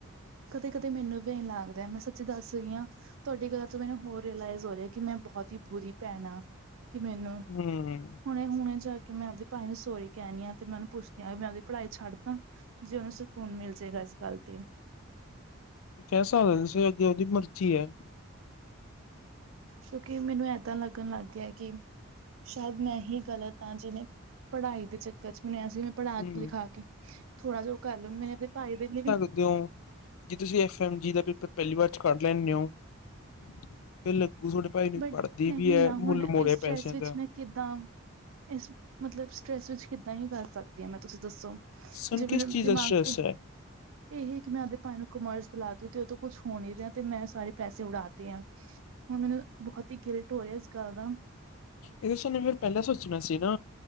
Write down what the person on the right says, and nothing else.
ਕਦੇ ਕਦੇ ਮੈਨੂੰ ਵੀ ਇਨ ਲੱਗਦਾ ਮੈਂ ਸੱਚੀ ਦੱਸ ਰਹੀ ਹਾਂ। ਤੁਹਾਡੀ ਗਲ ਤੋਂ ਮੈਨੂੰ ਹੋਰ ਰਿਲਾਈਜ਼ ਹੋ ਰਿਹਾ ਕਿ ਮੈਂ ਬਹੁਤ ਹੀ ਬੁਰੀ ਭੈਣ ਆ। ਕਿ ਮੈਨੂੰ
ਹੁਣੇ-ਹੁਣੇ ਜਾ ਕੇ ਮੈਂ ਆਪਦੇ ਭਾਈ ਨੂੰ ਸੋਰੀ ਕਹਿਣੀ ਆ ਤੇ ਮੈਂਨੂੰ ਪੁੱਛਦੀ ਹਾਂ ਵੀ ਮੈਂ ਆਪਦੀ ਪੜ੍ਹ ਛੱਡਦਾਂ। ਜੇ ਉਹਨੂੰ ਸਕੂਨ ਮਿਲ ਜਾਏਗਾ ਇਸ ਗੱਲ ਤੇ।
ਕਿਉਂਕਿ ਮੈਨੂੰ ਏਦਾਂ ਲੱਗਣ ਲੱਗ ਗਿਆ ਕਿ। ਸ਼ਾਇਦ ਮੈਂ ਹੀ ਗ਼ਲਤ ਹਾਂ ਜਿਵੇਂ ਪੜ੍ਹਾਈ ਦੇ ਚੱਕਰ ਚ ਮੈਨੂੰ ਸੀ ਮੈਂ ਪੜ੍ਹਾ
ਲਿਖਾ ਕੇ। ਥੋੜਾ ਜਿਹਾ ਉਹ ਕਰ ਲੂੰ ਮੈ ਆਪਣੇ ਭਾਈ ਦੇ ਵੇਲੇ ਵੀ।
ਬਟ
ਨਹੀਂ
ਨਾ
ਹੁਣ
ਇਸ ਸਟਰੈਸ
ਵਿੱਚ
ਮੈਂ ਕਿੱਦਾਂ ਇਸ ਮਤਲਬ ਸਟਰ੍ਰੈਸ ਵਿੱਚ ਕਿੱਦਾਂ ਹੀ ਕਰ ਸਕਦੀ ਹਾਂ ਮੈਂ ਤੁਸੀਂ ਦੱਸੋ?
ਜੇ ਮੇਰੇ
ਦਿਮਾਗ
ਤੇ
ਇਹੀ ਕਿ ਮੈਂ ਆਪਦੇ ਭਾਈ ਨੂੰ ਕਾਮਰਸ ਦਿਲਾਤੀ ਤੇ ਉਹ ਤੋਂ ਕੁਛ ਹੋ ਨੀ ਰਿਹਾ ਤੇ ਮੈਂ ਸਾਰੇ ਪੈਸੇ ਉਡਾਤੇ ਆ। ਹੁਣ ਮੈਨੂੰ ਬਹੁਤ ਹੀ ਗਿਲਟ ਹੋ ਰਿਹਾ ਇਸ ਗੱਲ ਦਾ।